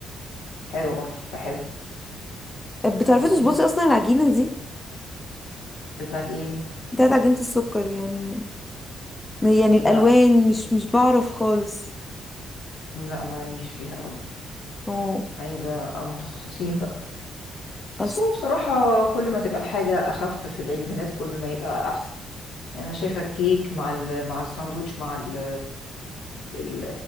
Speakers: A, on the left; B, on the left.
A: حلوة برضو تبقى حلوة
B: بتعرفي
A: لطيفة
B: تظبطي اصلا العجينة دي
A: بتاعت ايه
B: بتاعت عجينة السكر يعني يعني الالوان
A: لا
B: مش مش بعرف خالص
A: لا ماليش فيها قوي
B: اه
A: عايزة أبقى متخصصين بقى بس
B: اصل
A: هو بصراحة كل ما تبقى الحاجة أخف في العيد ميلاد كل ما يبقى أحسن يعني أنا شايفة الكيك مع ال مع الساندوتش مع ال ال-